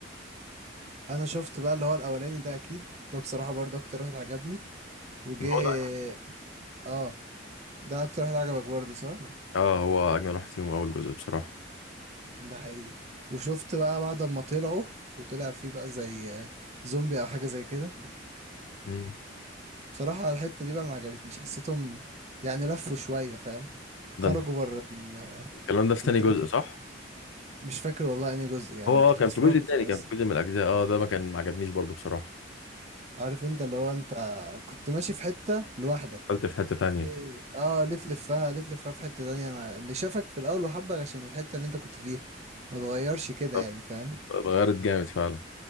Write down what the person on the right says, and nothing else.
أنا شفت بقى اللي هو الأولاني ده أكيد ده بصراحة برضه أكتر واحد عجبني وجه
اه ده أكتر واحد عجبك برضه صح؟
ده حقيقي وشفت بقى بعد ما طلعوا وطلع فيه بقى زي آه، زومبي أو حاجة زي كده
بصراحة الحتة دي بقى ما عجبتنيش حسيتهم يعني لفوا شوية فاهم
خرجوا
بره ال-
الدنيا
مش فاكر والله انهي جزء يعني
كنت
بتفرج
وخلاص
عارف انت اللي هو انت كنت ماشي في حتة لوحدك
ليه- اه ليه تلفها ليه تلفها في حتة تانية ما- اللي شافك في الأول وحبك عشان الحتة اللي انت كنت فيها ما تغيرش كده
يعني فاهم